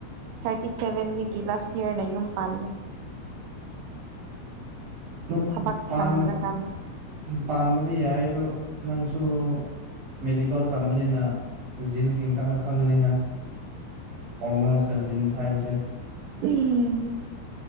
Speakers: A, on the right (about 80°); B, on the right (about 55°).
A: ꯊꯥꯔꯇꯤ ꯁꯕꯦꯟꯗꯒꯤ ꯂꯥꯁ ꯌꯔꯅ ꯌꯨꯝ ꯄꯥꯟꯂꯦ꯫
B: ꯅꯨꯛ
A: ꯊꯕꯛ
B: ꯄꯥꯟ
A: ꯐꯪꯂꯀꯥꯟꯗ
B: ꯄꯥꯟꯕꯗꯤ ꯌꯥꯏ ꯑꯗꯣ ꯅꯪꯁꯨ ꯃꯦꯗꯤꯀꯦꯜ ꯇꯝꯕꯅꯤꯅ ꯖꯤꯟꯁꯒꯤ ꯃꯇꯥꯡꯗ ꯈꯪꯉꯅꯤꯅ ꯍꯣꯔꯃꯣꯟꯁꯀ ꯖꯤꯟꯁ ꯍꯥꯏꯕꯁꯦ
A: ꯎꯝ